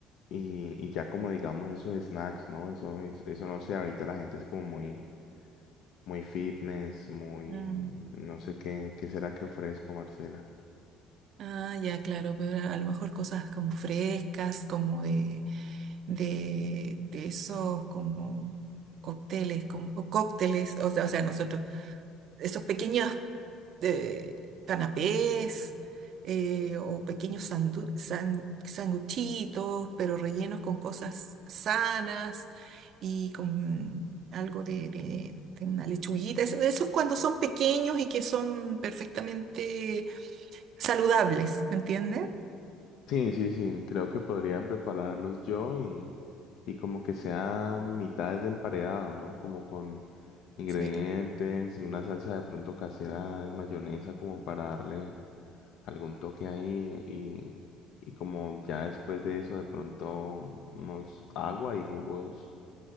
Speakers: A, on the left; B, on the right.
A: y, y ya como digamos esos snacks, ¿no? Eso, es- eso, no sé, ahorita la gente es como muy, muy fitness, muy,
B: Mm,
A: no sé qué, qué será que ofrezco, Marcela.
B: Ah, ya, claro, pero a a lo mejor cosas como frescas, como de, de, de esos como cócteles, como, o cócteles, o sea, o sea, nosotros, esos pequeños de canapés eh, o pequeños sandu- san- sanguchitos, pero rellenos con cosas sanas y con algo de, de- de una lechuguita. Eso, eso es cuando son pequeños y que son perfectamente saludables, ¿me entiendes?
A: Sí, sí, sí, creo que podría prepararlos yo y, y como que sea mitades de emparedado, ¿no? Como con ingredientes
B: Sí.
A: y una salsa de pronto casera de mayonesa como para darle algún toque ahí y, y como ya después de eso de pronto unos agua y jugos